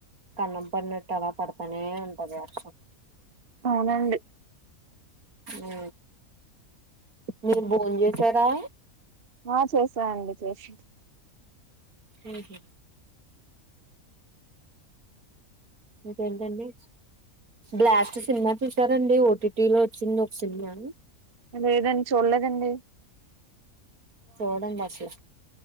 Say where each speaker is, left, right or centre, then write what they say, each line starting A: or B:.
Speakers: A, on the right; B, on the right.
A: కన్నం పడినట్టు అలా పడతానే ఉంటది వర్షం
B: అవునండి
A: ఊ మీరు భోన్ జేసారా
B: ఆ చేసాఅండి చేష్
A: ఉహుహ్ ఇంకేంటండి బ్లాస్ట్ సినిమా చూసారండి ఓటీటీ లో వోచ్చింది ఓక్ సినమా
B: లేదన్ చూలేదండి.
A: చూడండి అసలు